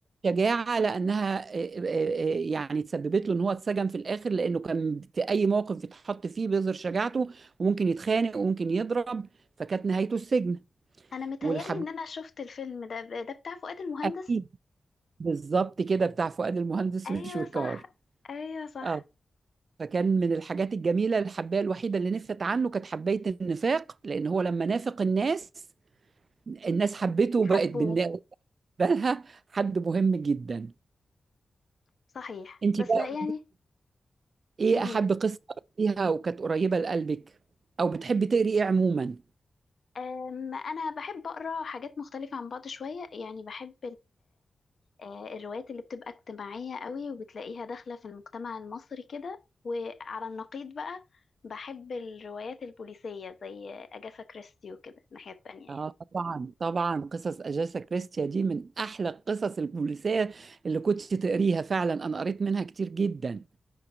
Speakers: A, on the right; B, on the left.
A: شجاعة لأنها آه، آه، آه، يعني تسببت له إن هو اتسجن في الآخر لأنه كان في أي موقف يتحط فيه بيظهر شجاعته وممكن يتخانق وممكن يضرب فكانت نهايته السجن
B: انا متهيألي
A: والحب
B: ان انا شفت الفيلم ده ده بتاع فؤاد المهندس
A: أكيد بالظبط كده بتاع فؤاد المهندس
B: ايوه
A: وشويكار
B: صح ايوه صح
A: اه فكان من الحاجات الجميلة الحباية الوحيدة اللي نفت عنه كانت حباية النفاق لأن هو لما نافق الناس الناس حبته وبقت
B: حبوه
A: بالنسبة لها حد مهم جدا
B: صحيح
A: انت
B: بس
A: بقى
B: يعني
A: ايه
B: مهم.
A: احب قصه فيها وكانت قريبه لقلبك او بتحبي تقري ايه عموما
B: أم، انا بحب اقرا حاجات مختلفة عن بعض شوية يعني بحب آه، الروايات اللي بتبقى اجتماعية قوي وبتلاقيها داخلة في المجتمع المصري كده وعلى النقيض بقى بحب الروايات البوليسية زي أجاثا كريستي وكده الناحية التانية
A: اه
B: يعني
A: طبعا طبعا قصص اجاسا كريستيا دي من احلى القصص البوليسيه اللي كنت تقريها فعلا انا قريت منها كتير جدا